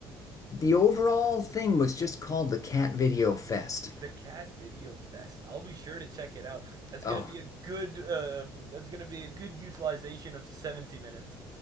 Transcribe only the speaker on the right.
the Cat Video Fest. I'll be sure to check it out. That's gonna
be a good. Um, that's gonna be a good utilization of seventy minutes.